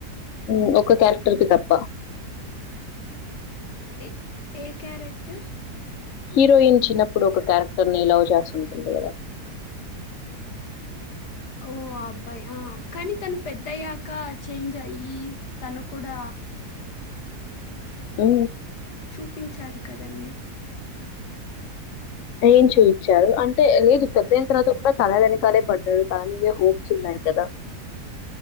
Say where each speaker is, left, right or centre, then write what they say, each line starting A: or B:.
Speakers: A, on the left; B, on the left.
A: హు ఒక క్యారెక్టర్ కి తప్ప
B: ఏ ఏ క్యారెక్టర్
A: హీరోయిన్ చిన్నప్పుడు ఒక క్యారెక్టర్ ని లవ్ చేస్తుంటుంది కదా
B: ఓ ఓ అబ్బాయి ఆ కానీ తను పెద్దయ్యాక చేంజ్ అయ్యి తను కూడా
A: ఆ ఆ
B: చూపించారు కదండి
A: ఏం చేయించారు అంటే లేదు పెద్దన తర్వాత కూడా తన వెనకాలే పడ్డారు తన మీదే హోప్స్ ఉన్నాయి కదా